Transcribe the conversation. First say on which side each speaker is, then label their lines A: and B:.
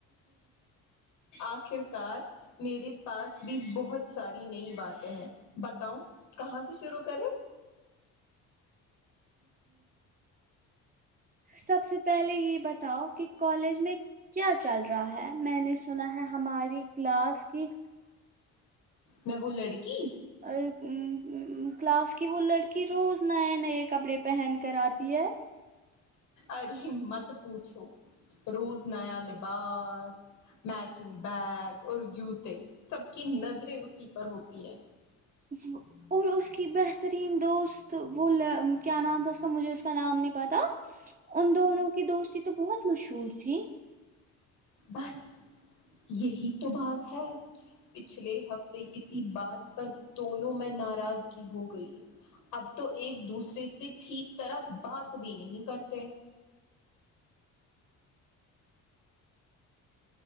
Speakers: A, on the left; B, on the right.
A: آخر کار میرے پاس بھی بہت ساری نئی باتیں ہیں بتاؤ کہاں سے شروع کرے
B: سب سے پہلے یہ بتاؤ کہ کالج میں کیا چل رہا ہے میں نے سنا ہے ہماری کلاس کی
A: میں
B: <unintelligible>
A: وہ لڑکی
B: ا ام ام کلاس کی وہ لڑکی روز نئے نئے کپڑے پہن کر آتی ہے
A: ارے مت پوچھو روز نیا لباس میچنگ بیگ اور جوتے سب کی نظریں اسی پر ہوتی ہے
B: وہ اور اس کی بہترین دوست وہ کیا نام تھا اس کا مجھے اس کا نام نہیں پتا ان دونوں کی دوستی تو بہت مشہور تھی
A: بس یہی تو بات ہے پچھلے ہفتے کسی بات پر تولوں میں ناراض کی ہو گئی اب تو ایک دوسرے سے ٹھیک طرح بات بھی نہیں کرتے